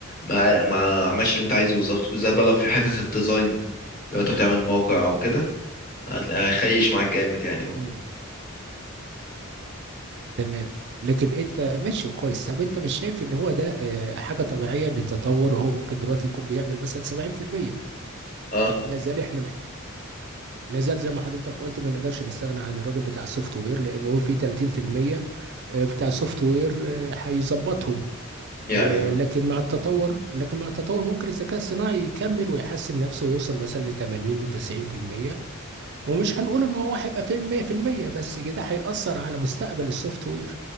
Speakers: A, on the left; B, on the right.
A: ما ما عملش اللي انت عايزه بالظبط بالذات
B: تمام
A: بقى لو في حته الديزاين لو انت بتعمل موقع او كده هتلاقيه
B: مم.
A: هيخيش معاك جامد يعني هو
B: مم. تمام لكن انت ماشي وكويس طب انت مش شايف ان هو ده آه، حاجه طبيعيه ان التطور هو ممكن دلوقتي يكون بيعمل مثلا 70%
A: اه
B: لا زال احنا مح... لا زال زي ما حضرتك قلت ما نقدرش نستغنى عن الراجل بتاع السوفت وير لانه هو في 30% آه، بتاع السوفت وير آه، هيظبطهم
A: يعني
B: آه،
A: اه
B: لكن مع التطور لكن مع التطور ممكن الذكاء الصناعي يكمل ويحسن نفسه ويوصل مثلا ل 80 و90% ومش هنقول ان هو هيبقى فيلم 100% بس كده هيأثر على مستقبل السوفت وير